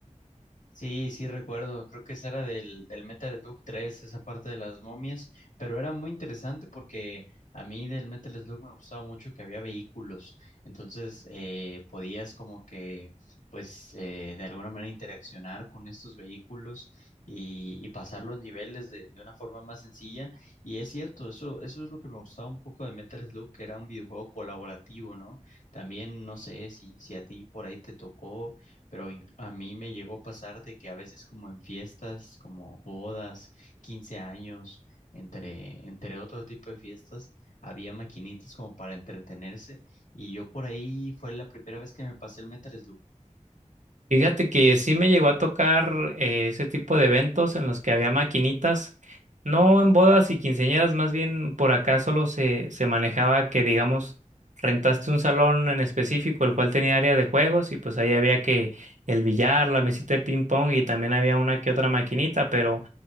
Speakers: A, on the left; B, on the right.
A: Sí, sí recuerdo, creo que esa era del, del Metal Slug 3, esa parte de las momias, pero era muy interesante porque a mí del Metal Slug me gustaba mucho que había vehículos, entonces eh, podías como que, pues, eh, de alguna manera interaccionar con estos vehículos y, y pasar los niveles de, de una forma más sencilla, y es cierto, eso, eso es lo que me gustaba un poco de Metal Slug, que era un videojuego colaborativo, ¿no? También no sé si, si a ti por ahí te tocó pero in- a mí me llegó a pasar de que a veces como en fiestas, como bodas, 15 años, entre, entre otro tipo de fiestas, había maquinitas como para entretenerse y yo por ahí fue la primera vez que me pasé el Metal
B: Fíjate que sí me llegó a tocar eh, ese tipo de eventos en los que había maquinitas, no en bodas y quinceañeras, más bien por acá solo se, se manejaba que, digamos, rentaste un salón en específico, el cual tenía área de juegos y pues ahí había que el billar, la mesita de ping pong y también había una que otra maquinita, pero